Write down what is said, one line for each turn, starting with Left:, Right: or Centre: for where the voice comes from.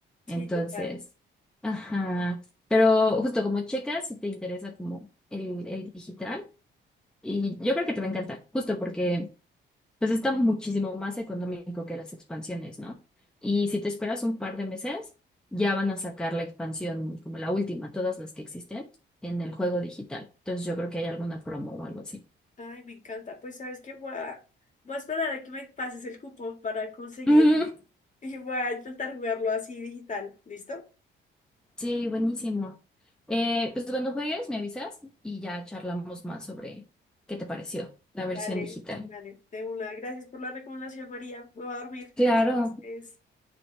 Left: sí,
Centre: Entonces,
Left: total.
Centre: ajá. Pero justo como checas, si te interesa como el, el digital, y yo creo que te va a encantar, justo porque pues está muchísimo más económico que las expansiones, ¿no? Y si te esperas un par de meses, ya van a sacar la expansión como la última, todas las que existen en el juego digital. Entonces yo creo que hay alguna promo o algo así.
Left: Ay, me encanta. Pues sabes que voy a, voy a esperar a que me pases el cupón para conseguir
Centre: <laughs>
Left: y voy a intentar jugarlo así digital. ¿Listo?
Centre: Sí, buenísimo. Eh, pues cuando juegues me avisas y ya charlamos más sobre qué te pareció la
Left: Vale,
Centre: versión digital.
Left: vale. De una. Gracias por la recomendación, María. Me voy a dormir,
Centre: Claro,
Left: que es, es,